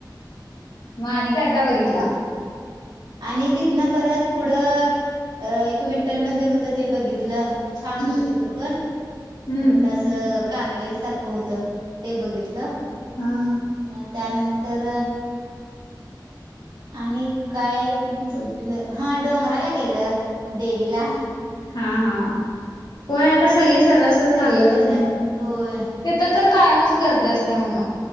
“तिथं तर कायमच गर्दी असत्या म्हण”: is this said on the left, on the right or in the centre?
Left